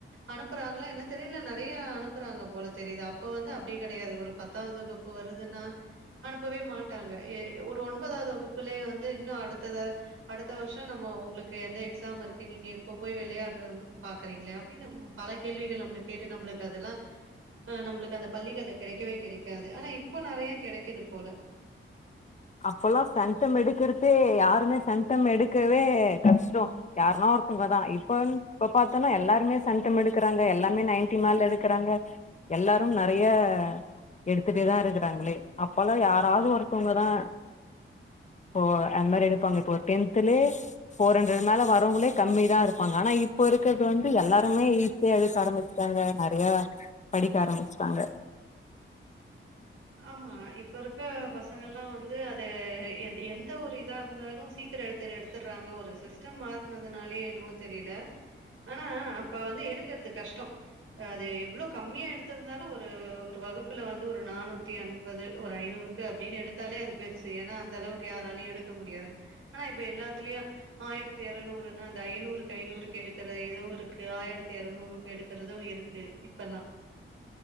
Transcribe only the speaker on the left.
அப்பல்லா சென்டெம் எடுக்கறதே யாருமே சென்டெம் எடுக்கவே கஷ்டோ யாருனா ஒருத்தவங்கதா இப்ப வ இப்ப பாத்தோனா எல்லாருமே செண்டெம் எடுக்றாங்க எல்லாமே நைன்டி மேல எடுக்கறாங்க எல்லாரு நெறைய எடுத்துட்டேதா இருக்கறாங்களே அப்பல்லா யாராவ்து ஒருத்தவ்ங்கதா ஓ அந்த மாரி எடுப்பாங்க இப்போ டென்த்துலே ஃபோர் ஹண்ட்ரடு மேல வரவங்களே கம்மிதா இருப்பாங்க ஆனா இப்போ இருக்கிற்து வந்து எல்லாருமே டே எடுக்க ஆரம்பிச்சுட்டாங்க நெறைய படிக்க ஆரம்பிச்சுட்டாங்க